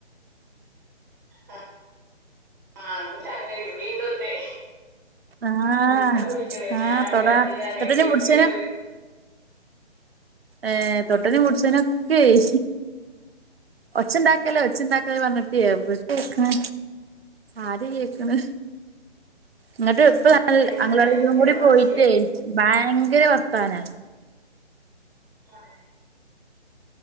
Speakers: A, on the right; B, on the right.
A: അഹ് ആങ്കുട്ടി അങ്ങനെ ന്നെ ഇവടീണ്ടൊന്ന്.
B: ആഹ്
A: കുളിക്കാ പോയിക്കാണ്
B: ആഹ്
A: ഞാനാകതിനാണ്
B: തൊടാ തൊട്ടനേം
A: എട്ക്ക്ണത്.
B: പുടിച്ചേനേം ഏഹ് തൊട്ടേനും പുടിച്ചേനെക്കെയ് ഒച്ചണ്ടാക്കല്ലെ ഒച്ചണ്ടാക്കല്ലെ പർഞ്ഞിട്ട് എവിടേക്ക്ണ് ആര് കേക്ക്ണ്? ഇങ്ങട്ട് ഇപ്പ
A: ഉം, ഇവിടെ
B: നല്ല
A: അങ്ങനെ
B: അംഗളാടീലും
A: തന്നെ ഭയങ്കര
B: കൂടി
A: വാശിയാ
B: പോയിട്ടേ ഭയങ്കര വർത്താനാ
A: <unintelligible>